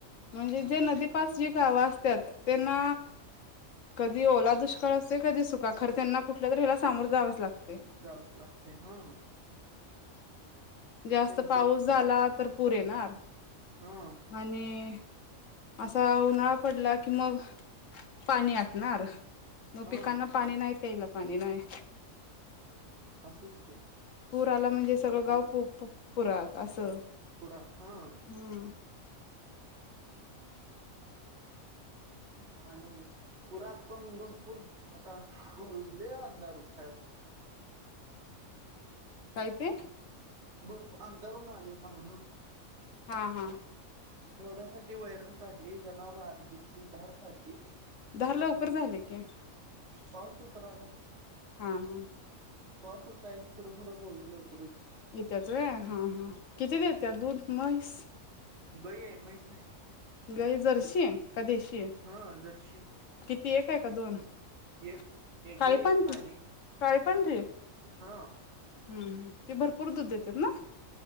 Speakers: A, on the left (about 65°); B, on the right (about 55°).
A: म्हणजे
B: हो
A: जे
B: हो
A: नदीपास जी गावं असतात त्यांना कधी ओला दुष्काळ असते कधी सुका खर त्यांना कुठल्या तरी हला सामोर जावंच लागतं
B: जाऊस लागते हा
A: जास्त
B: त्यांची
A: पाऊस
B: एक परिस्थिती
A: झाला तर पुर येणार
B: हा
A: आणि असा उन्हाळा पडला कि मग पाणी आणार मग
B: हा
A: पिकांना पाणी नाही प्यायला पाणी नाही
B: अससुच के
A: पुूर आला म्हणजे सगळं गाव पु पुरात असं
B: पुररा हा
A: हम्म
B: बाकीे आणि पुरात पण भरपूर आता भोलले अंधार उठला मलमृवलब़द
A: कायती
B: भरपूर आमदारून आले मागन
A: हा हा
B: पेवडण्यासाठी वैरण काढली जना आात घेतली धार फडली
A: धार लवकर झाले की
B: पाऊस उतर आलाय
A: हा हम
B: पावसतरा पुोढं फुं गऊ लोक
A: येत्यात रे हा हा किती देते दूध मैस
B: गय आहे म्हैच नाही
A: गई जरशी का देशी आहे
B: हा जर्शी
A: किती एक आहे का दोन काचाळी
B: एक एक गाय एक
A: प
B: पाडी
A: चाळी पज हम्म
B: हा
A: हम ते भरपूर दूध देते ना